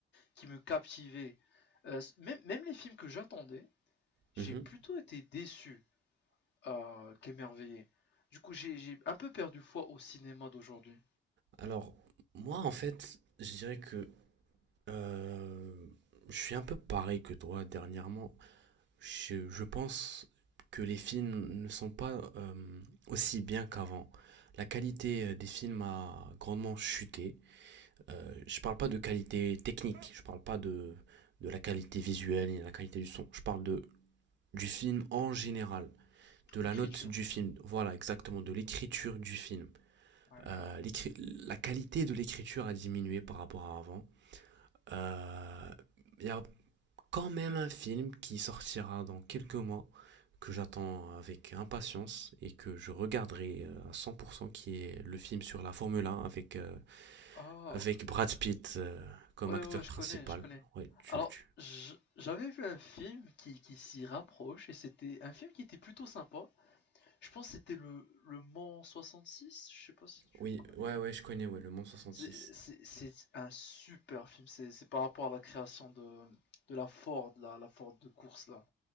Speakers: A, on the left; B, on the right.
A: qui me captivait. Euh, même, même les films que j'attendais, j'ai
B: Mhm.
A: plutôt été déçu euh, qu'émerveillé. Du coup, j'ai j'ai un peu perdu foi au cinéma d'aujourd'hui.
B: Alors, moi, en fait, je dirais que euh, je suis un peu pareil que toi dernièrement. Je, je pense que les films ne sont pas euh, aussi bien qu'avant. La qualité euh, des films a grandement chuté. Euh, je parle pas de qualité technique, je parle pas de, de la qualité visuelle et la qualité du son. Je parle de, du film en général. de
A: L'écriture.
B: la note du film, voilà exactement, de l'écriture du film.
A: Ouais,
B: Euh,
A: je vois.
B: la qualité de l'écriture a diminué par rapport à avant. Euh, Il y a quand même un film qui sortira dans quelques mois que j'attends avec impatience et que je regarderai euh, à 100% qui est le film sur la Formule 1 avec, euh,
A: Ah,
B: avec Brad Pitt euh, comme
A: ouais,
B: acteur
A: ouais, je
B: principal.
A: connais, je connais.
B: Ouais, tu,
A: Alors,
B: tu-
A: je- j'avais vu un film qui, qui s'y rapproche et c'était un film qui était plutôt sympa. Je pense que c'était le, le Mans 66. Je sais pas si tu
B: Oui,
A: connais.
B: ouais, ouais, je connais, ouais, le Mans 66.
A: C'est c'est- c'est un super film. C'est c'est par rapport à la création de, de la Ford, la la Ford de course là.